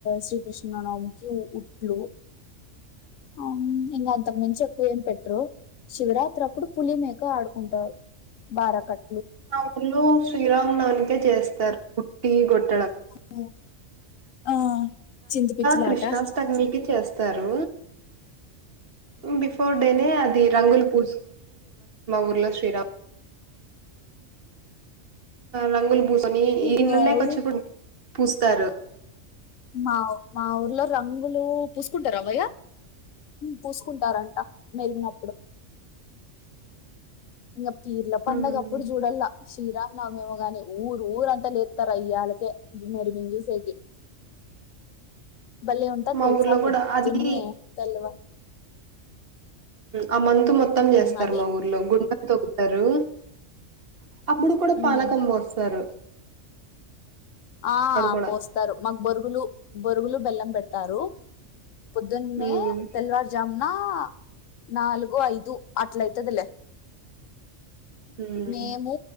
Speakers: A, on the left (about 80°); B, on the right (about 50°).
A: శ్రీకృష్ణనది ఉట్లు ఆ ఇంకా అంతకు మించి ఎక్కువ ఏం పెట్టరు. శివరాత్రి అప్పుడు పులి మేక ఆడుకుంటారు. బారా కట్ట
B: మా ఉల్లో శ్రీరామనవమికె చేస్తారు ఉట్టిగొట్టి
A: అ <inaudible> ఆ పిచ్చిలాట
B: కృష్ణాస్టమికి చేస్తా తరు. బిఫోర్ డేనే అది రంగుల పూ ఊలోరా రంగు <inaudible> <unintelligible> ని ఇల్లల్లో
A: వావ్
B: కొచ్చుకుం <unintelligible> పుస్తారు.
A: మాఊ మా ఊర్లో రంగులు పూసుకుంటారా వయ్యా పూసుకుంటారంట మెరిగినప్పుడు. ఇకా పీర్ల పండుగప్పుడు
B: ఉమ్
A: చూడల్లా. శ్రీరాంనవమేమో గాని ఊరు ఊరంతా లేస్తారు అయ్యళ్ళకే మిరిమింజూసేకి. బలే ఉంటాది
B: మా
A: తెల్సా
B: ఊర్లో కూడా
A: పొద్దున్నే
B: అది
A: తెల్వ
B: ఆ మంతు మొత్తం
A: ఉమ్
B: చేస్తారు
A: అది
B: మా ఊర్లో గు తోక్కుతారు అప్పుడు కూడా పానకం
A: ఉమ్
B: బోస్తరు.
A: ఆ
B: కూడా
A: పోస్తారు మాకు బొరుగులు బొరుగులు బెల్లం. పెడతారు. పుదున్నే
B: ఉమ్
A: తెల్వార్ జామున. నా నాలుగు ఐదు అట్లయితదలే
B: ఉమ్
A: మేము